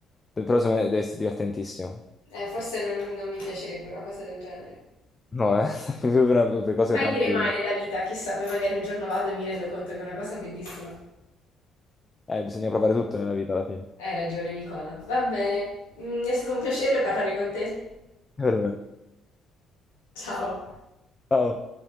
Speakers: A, on the left (about 30°); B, on the left (about 85°).
A: Però secondo me deve essere divertentissimo.
B: Eh, forse non non mi piacerebbe una cosa del genere.
A: No, eh, <laughs> per, per cose
B: Mai
A: tranquille.
B: dire mai nella vita, chissà, poi magari un giorno vado e mi rendo conto che è una cosa bellissima.
A: Eh, bisogna provare tutto nella vita alla fine.
B: Hai ragione, Nicola. Va bene. Mm, è stato un piacere parlare con te.
A: Per me.
B: Ciao.
A: Ciao.